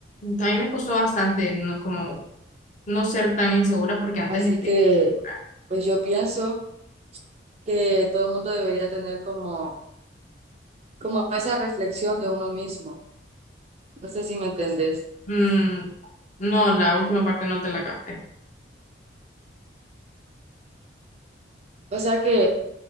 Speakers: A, on the left; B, on the right.
A: a mí me costó bastante no, como no ser tan insegura porque antes
B: Así
A: era
B: que,
A: bien insegura.
B: pues yo pienso que todo el mundo debería tener como, como esa reflexión de uno mismo. No sé si me entendés.
A: Mm, no, la última parte no te la capté.
B: O sea que